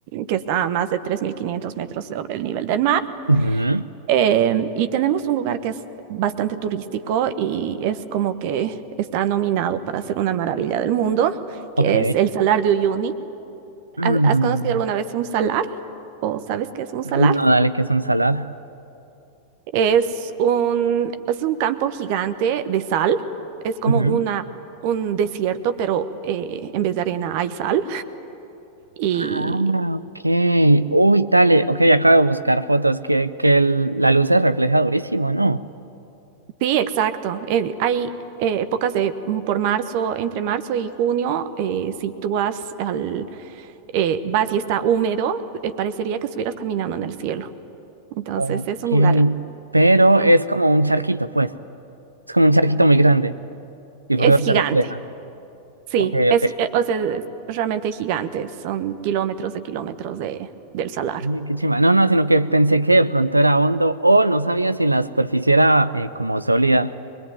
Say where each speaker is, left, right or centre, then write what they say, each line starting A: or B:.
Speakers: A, on the right (about 45°); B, on the right (about 80°).
A: que está a más de 3.500 metros sobre el nivel del mar.
B: Ujú,
A: Em, y tenemos un lugar que es bastante turístico y es como que está nominado para ser una maravilla del mundo, que
B: Ok.
A: es el Salar de Uyuni.
B: Mm,
A: ¿Ha- ¿Has conocido alguna vez un salar? ¿O sabes qué es un
B: no,
A: salar?
B: dale, que es un salar.
A: Es un, es un campo gigante de sal. Es como
B: Ujú.
A: una, un desierto, pero eh, en vez de arena hay sal. Y
B: Ah, ok. Uy, dale, ok, acabo de buscar fotos que, que el- la luz se refleja durísimo, ¿no?
A: sí, exacto. eh, hay eh, épocas de, por marzo, entre marzo y junio, eh, si tú vas al eh, vas y está húmedo, eh, parecería que estuvieras caminando en el cielo. Entonces
B: Ok.
A: es un lugar
B: Pero
A: hermoso.
B: es como un charquito, pues. Es como un charquito muy grande y
A: Es
B: por eso
A: gigante,
B: se refleja.
A: sí,
B: Ok,
A: es,
B: ok,
A: gi- eh, o sea, es realmente gigante. Son kilómetros de kilómetros de, del salar.
B: Uy, qué chimba. No, no, sino que pensé que de pronto era hondo o no sabía si la superficie era eh, como sólida.